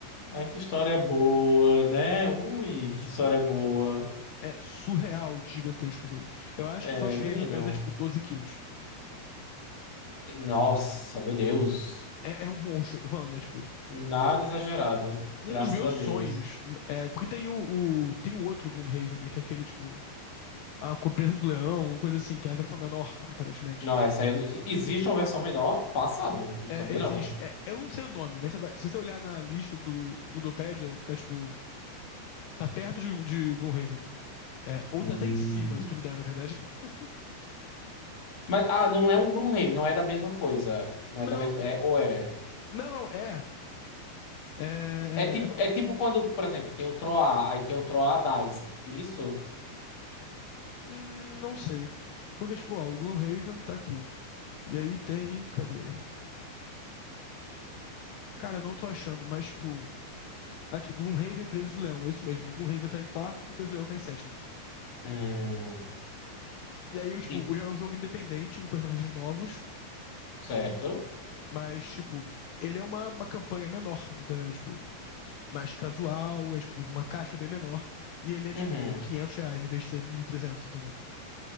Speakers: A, on the left; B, on the left.
A: Ai, que história boa, né? Ui, que história boa.
B: É surreal de gigantesco o jogo. Eu acho
A: É,
B: que o Frosthaven
A: menino.
B: pesa tipo 12 quilos.
A: Nossa, meu Deus.
B: É, é um monstro, eu tô falando, né? Tipo,
A: Nada exagerado.
B: um
A: Graças
B: dos meus
A: a Deus.
B: sonhos. É, porque tem o, o- tem o outro Gloomhaven, né? Que é aquele, tipo, a Presa do Leão, uma coisa assim, que é a versão menor, aparentemente.
A: Não, essa aí. eu não- Existe uma versão menor? Passaram. Não
B: É,
A: sabia,
B: existe.
A: não.
B: É, eu não sei o nome, mas você vai- se você olhar na lista do Ludopedia, tá tipo. Tá perto de, de Gloomhaven. É, ou
A: Hum.
B: tá até em cima, se duvidar, na verdade. <laughs>
A: Mas, ah, não é um Gloomhaven, não é da mesma coisa. Não
B: Não,
A: é da mesma.
B: é,
A: É, ou é.
B: não, não, é. É,
A: É tipo,
B: é,
A: é tipo quando, por exemplo, tem o Troar, aí tem o Troar Dice. É tipo isso?
B: Hum, não sei. Porque, tipo, ó, o Gloomhaven tá aqui. E aí tem. Cadê? Cara, eu não tô achando, mas, tipo. Aqui, Gloomhaven, Preso de Leão, é isso mesmo. O Gloomhaven tá em quarto, o Preso de Leão tá em sétimo.
A: Hum.
B: E aí, eu, tipo,
A: E-
B: o- é um jogo independente, com personagens novos,
A: certo.
B: mas, tipo, ele é uma, uma campanha menor, entendeu? Tipo, mais casual, é, tipo, uma caixa bem menor. E ele é, tipo,
A: Uhum.
B: 500 reais em vez de ser mil e trezentos entendeu?